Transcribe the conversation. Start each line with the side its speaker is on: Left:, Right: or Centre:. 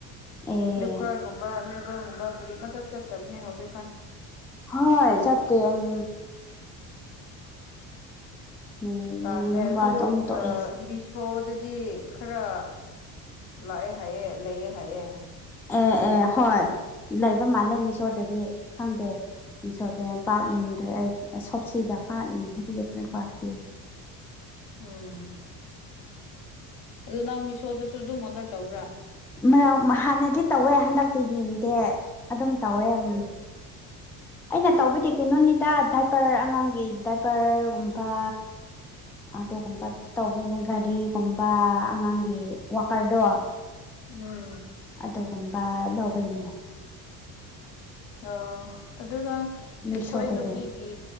Centre: ꯑꯦ
Left: ꯐ꯭ꯂꯤꯞꯀꯥꯔꯠꯒꯨꯝꯕ ꯑꯃꯥꯖꯣꯟꯒꯨꯝꯕ ꯀꯔꯤꯃꯇ ꯆꯠꯇꯕꯅꯦ ꯍꯧꯖꯤꯛꯀꯥꯟ
Centre: ꯍꯣꯏ ꯆꯇꯦ ꯎꯝ ꯌꯦꯡ
Left: ꯇꯥꯜꯂꯦ
Centre: ꯌꯦꯡꯉꯒ
Left: ꯑꯗꯨ
Centre: ꯑꯗꯨꯝ ꯇꯣꯛꯑꯦ
Left: ꯑ ꯃꯤꯁꯨ ꯁꯣꯗꯗꯤ ꯈꯔ ꯂꯥꯛꯑꯦ ꯍꯥꯏꯌꯦꯦ ꯂꯩꯌꯦꯦ ꯍꯥꯏꯑꯦ
Centre: ꯑꯦ ꯑꯦ ꯍꯣꯏ ꯂꯩꯕ ꯃꯥꯜꯂꯦ ꯃꯤꯁꯣꯗꯗꯤ ꯈꯪꯗꯦ ꯃꯤꯁꯣꯗꯅ ꯄꯥꯛ ꯌꯦꯡꯗ꯭ꯔꯦ ꯑꯩ ꯁꯣꯞꯁꯤꯗꯀꯥ ꯌꯦꯡꯗ ꯐ ꯄꯥꯔꯠꯀꯤ
Left: ꯎꯝ ꯑꯗꯨ ꯅꯪ ꯃꯤꯁꯣꯗꯁꯨ ꯑꯗꯨꯝ ꯑꯣꯗꯔ ꯇꯧꯕ꯭ꯔꯥ
Centre: ꯃꯌꯥꯝ ꯍꯥꯟꯅꯗꯤ ꯇꯧꯋꯦ ꯍꯟꯗꯛꯇꯤ ꯌꯦꯡꯗꯦ ꯑꯗꯨꯝ ꯇꯧꯋꯦ ꯎꯝ
Left: ꯑꯣ
Centre: ꯑꯩꯅ ꯇꯧꯕꯗꯤ ꯀꯩꯅꯣꯅꯤꯗ ꯗꯥꯏꯕꯔ ꯑꯉꯥꯡꯒꯤ ꯗꯏꯕꯔꯒꯨꯝꯕ ꯑꯗꯨꯒꯨꯝꯕ ꯇꯧꯕꯩꯅꯦ ꯒꯥꯔꯤꯒꯨꯝꯕ ꯑꯉꯥꯡꯒꯤ ꯋꯥꯀꯔꯗꯣ
Left: ꯎꯝ
Centre: ꯑꯗꯨꯒꯨꯝꯕ ꯂꯧꯕꯩꯅꯦ
Left: ꯑꯣ ꯑꯗꯨꯒ
Centre: ꯃꯤꯁꯣꯗꯗꯤ
Left: ꯑꯩꯈꯣꯏ ꯅꯨꯄꯤꯒꯤ